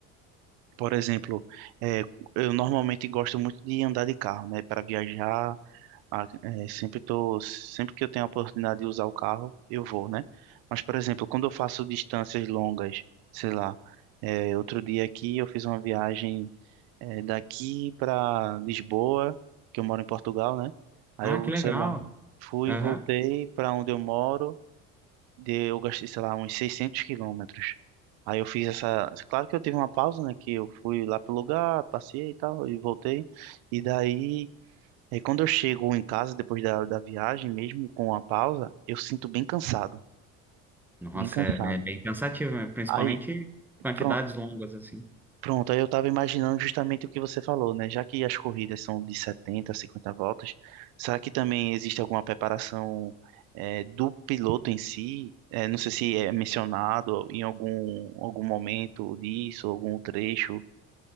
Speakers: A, on the right; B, in the centre.
A: por exemplo, é, eu normalmente gosto muito de andar de carro, né, para viajar ah, é, sempre tô, sempre que eu tenho a oportunidade de usar o carro, eu vou, né? Mas, por exemplo, quando eu faço distâncias longas, sei lá, é, outro dia aqui eu fiz uma viagem é, daqui para Lisboa, que eu moro em Portugal, né? Aí
B: Ah,
A: eu,
B: que legal.
A: sei lá, fui
B: Aham.
A: e voltei para onde eu moro, de, eu gastei, sei lá, uns 600 quilômetros. Aí eu fiz essa. Claro que eu tive uma pausa, né? Que eu fui lá pro lugar, passei e tal, e voltei. E daí. É, quando eu chego em casa, depois da, da viagem, mesmo com a pausa, eu sinto bem cansado,
B: Nossa,
A: bem cansado.
B: é, é bem cansativo, né? principalmente
A: Aí,
B: quantidades
A: pronto,
B: longas assim.
A: pronto, aí eu estava imaginando justamente o que você falou, né? Já que as corridas são de setenta 50 voltas, será que também existe alguma preparação, é, do piloto em si? É, não sei se é mencionado em algum, algum momento disso, algum trecho.